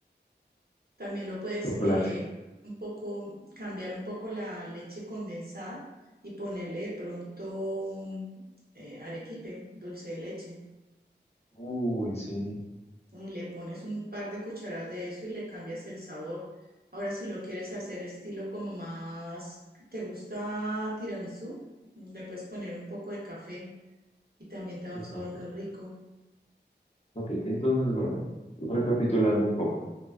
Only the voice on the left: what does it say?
Chocolate.
Uy, sí.
Ay,
no
Ok, entonces, bueno, recapitulando un poco,